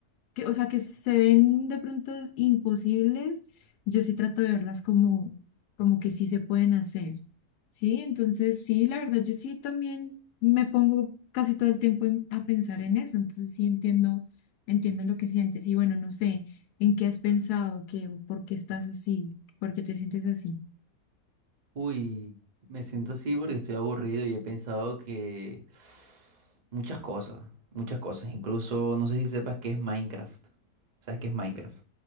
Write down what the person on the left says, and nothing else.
que, o sea, que se ven de pronto imposibles, yo sí trato de verlas como, como que sí se pueden hacer, ¿sí? Entonces, sí, la verdad, yo sí también me pongo casi todo el tiempo en- a pensar en eso, entonces sí entiendo, entiendo lo que sientes y bueno, no sé, ¿en qué has pensado? ¿Qué, o por qué estás así? ¿Por qué te sientes así?